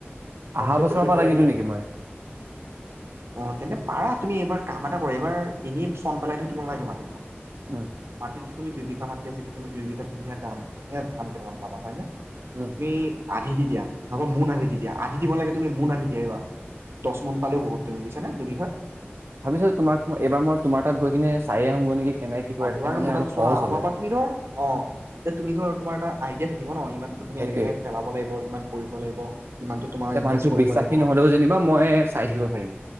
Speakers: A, on the right; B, on the right.
A: তচতে
B: আহা বছৰৰ
A: পঠিয়াই
B: পৰা
A: পেলাই
B: লাগি
A: দিম
B: দিওঁ নেকি মই?
A: অ তেন্তে তুমি এইব কামটা কৰা এইবাৰ এনেই ফোন পেলাইো তোমাল লগাগে মাতিটো
B: উম,
A: বাতিত যিটো তুমি দুই বিঘা মাটি আছে হেতুক তুমি দুইবিঘা ধুনীয়া ধাম ধুনীয়া ধান কেইটামান পাবা হয় নে
B: উম,
A: কি, আধি দি দিয়া। নহবা মোন আধি দি দিয়া। আধি দিব নালাগে তুমি, মোন আধি দিয়া এইবাৰ। দশ মোন পালেও বহুত তুমি বুজিছা নে দুইবিঘাত।
B: ভাবিছো তোমাক, এইবাৰ মই তোমাৰ তাত গৈ কিনে চাইয়ে আহোঁগৈ নেকি।
A: অ
B: কেনেকে কি কৰে তেতিয়া
A: এইবাৰ
B: মানে
A: মোৰ
B: অলপ
A: তাত চোৱা।
B: সহজ
A: অহা
B: হ'ল
A: বাৰৰ
B: হয়।
A: পৰা তুমি ধৰা, অ তুমি ধৰা তোমাৰ এটা। আইডিয়া থাকিব। ক'ব ন, ইমানটো তুমি
B: সেইটোয়ে
A: এনেকে এনেকে পেলাব লাগিব। ইমান কৰিব লাগিব। ইমানটো তোমাৰ
B: এতিয়া
A: ইনভেষ্ট
B: মানুহটো
A: কৰিবই
B: বিশ্বাসী
A: লাগিব।
B: নহ'লেও যেনিবা মই চাই থাকিব
A: অ
B: পাৰিম